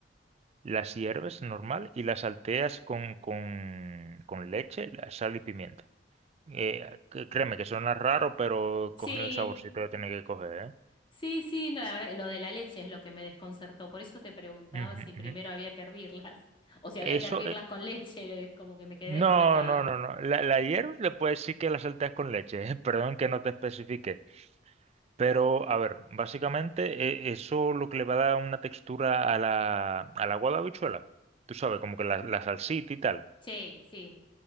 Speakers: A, on the right; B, on the left.
A: Las hierves normal y las salteas con, con, con leche, la sal y pimienta. Eh, c- créeme que suena raro, pero
B: Sí,
A: cogen el saborcito que tiene que coger, ¿eh?
B: sí, sí, no, la verdad, lo de la leche es lo que me desconcertó, por eso te preguntaba
A: Ujú,
B: si primero
A: ujú.
B: había que hervirlas <laughs> o si había
A: Eso,
B: que hervirlas
A: eh,
B: con leche, como que me quedé
A: No,
B: descolocada.
A: no, no, no. La, la hierves, le puedes decir que la salteas con leche. <laughs> Perdón que no te especifique. Pero, a ver, básicamente e- eso lo que le va a dar una textura a la, al agua de habichuela. Tú sabes, como que la, la salsita y tal.
B: Sí, sí,